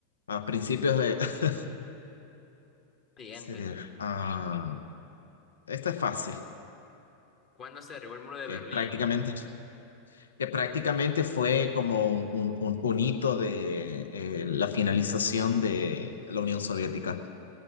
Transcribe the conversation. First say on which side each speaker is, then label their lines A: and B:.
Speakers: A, on the left (about 70°); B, on the left (about 35°).
A: a principios de... <laughs>
B: Siguiente.
A: Ceder. Ah, esta es fácil,
B: ¿Cuándo se derribó el muro de
A: que
B: Berlín?
A: prácticamente, que prácticamente fue como un, un- un hito de eh, la finalización de la Unión Soviética.